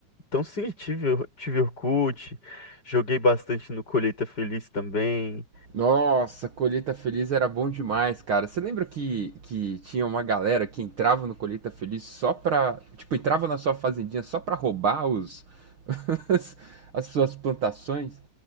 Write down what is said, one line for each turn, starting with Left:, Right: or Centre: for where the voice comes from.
Left: Então sim, tive, Or- tive Orkut, joguei bastante no Colheita Feliz também.
Right: Nossa, Colheita Feliz era bom demais, cara. Você lembra que, que tinha uma galera que entrava no Colheita Feliz só pra. Tipo, entrava na sua fazendinha só pra roubar os, <laughs> as as suas plantações?